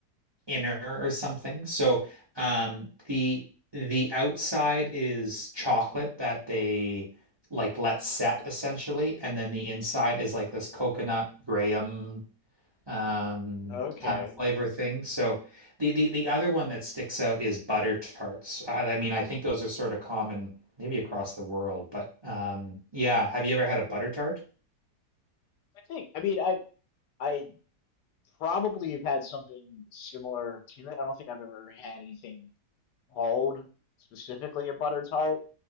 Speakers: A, on the right; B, on the left.
A: inner or something. So um the the outside is chocolate that they like let set essentially and then the inside is like this coconut graham um
B: okay.
A: kind of flavor thing. So the the the other one that sticks out is butter tarts. I, I mean, I think those are sort of common maybe across the world, but um yeah, have you ever had a butter tart?
B: I think I mean I I probably have had something similar to it. I don't think I've ever had anything called specifically a butter tart,